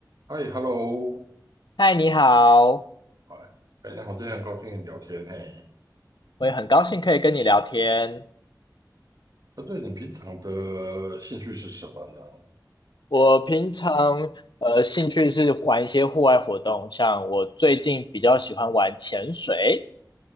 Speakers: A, on the right; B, on the left.
A: 嗨，Hello，
B: 嗨，你好，
A: 哎，哎，你好，今天很高兴跟你聊天嘿。
B: 我也很高兴可以跟你聊天。
A: 那对，你平常的兴趣是什么呢？
B: 我平常呃兴趣是玩一些户外活动，像我最近比较喜欢玩潜水。